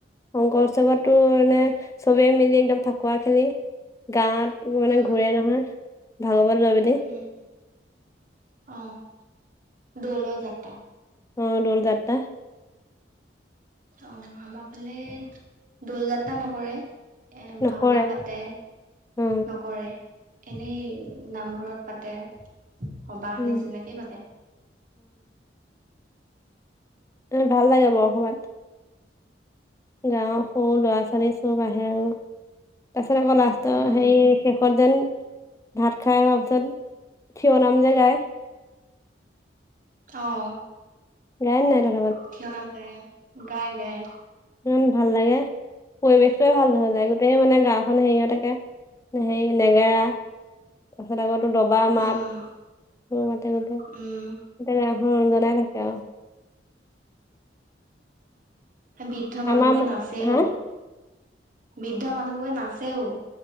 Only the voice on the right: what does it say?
উম
উম অঁহ দৌল' যাত্ৰা
অ আমাৰ ফালে দৌল যাত্ৰা নকৰে, এ
ভাওঁনা পাতে।
নকৰে, এনেই নামঘৰত পাতে। সভাহ
নিচিনাকেই পাতে।
উম
অহঁ।
কিয় নাম গায় গাই গাই
উম
উম
বৃদ্ধ
মানুহবোৰে
নাচেও
বৃদ্ধ মানুহ বোৰে নাচেও